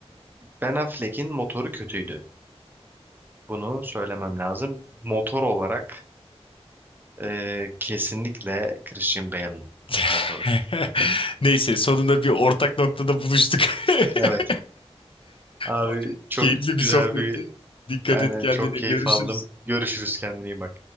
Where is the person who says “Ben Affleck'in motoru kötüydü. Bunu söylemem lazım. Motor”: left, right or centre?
Right